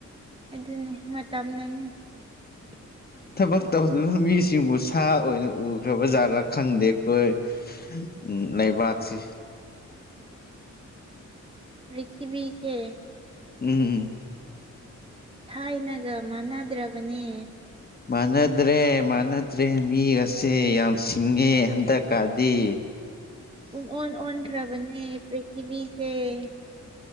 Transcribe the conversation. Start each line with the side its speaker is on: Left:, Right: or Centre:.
Right: ꯑꯗꯨꯅꯤ ꯃꯇꯝꯅꯅꯤ <unintelligible>
Left: ꯊꯕꯛ ꯇꯧꯗꯔꯤꯕ ꯃꯤꯁꯤꯡꯕꯨ ꯁꯥ ꯑꯣꯏꯅ ꯎꯈ꯭ꯔꯕ ꯖꯥꯠꯔꯥ ꯈꯪꯗꯦ ꯑꯩꯈꯣꯏ ꯎꯝ ꯂꯩꯕꯥꯛꯁꯤ
Right: ꯔꯈꯕꯤꯤ ꯀꯦ
Left: ꯎꯝꯝ ꯎꯝ
Right: ꯊꯥꯏꯅꯒ ꯃꯥꯟꯅꯗ꯭ꯔꯕꯅꯦ
Left: ꯃꯥꯟꯅꯗ꯭ꯔꯦ ꯃꯥꯟꯅꯗ꯭ꯔꯦ ꯃꯤꯒꯁꯦ ꯌꯥꯝ ꯁꯤꯡꯉꯦ ꯍꯟꯗꯛ ꯀꯥꯗꯤ
Right: ꯎꯝ ꯑꯣꯟ ꯑꯣꯟꯈ꯭ꯔꯕꯅꯦ ꯄ꯭ꯔꯤꯊꯤꯕꯤꯁꯦ